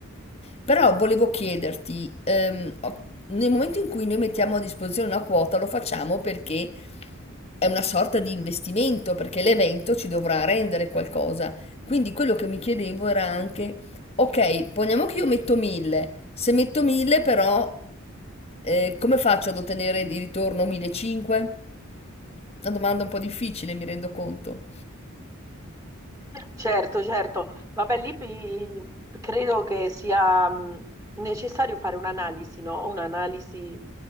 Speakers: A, on the left; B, on the right.
A: Però volevo chiederti, ehm, o- nel momento in cui noi mettiamo a disposizione una quota, lo facciamo perché è una sorta di investimento, perché l'evento ci dovrà rendere qualcosa. Quindi quello che mi chiedevo era anche, ok, poniamo che io metto 1000, se metto 1000 però eh, come faccio ad ottenere di ritorno 1500? Una domanda un po' difficile, mi rendo conto.
B: Certo, certo. Vabbè, lì bi- credo che sia mh, necessario fare un'analisi, no? Un'analisi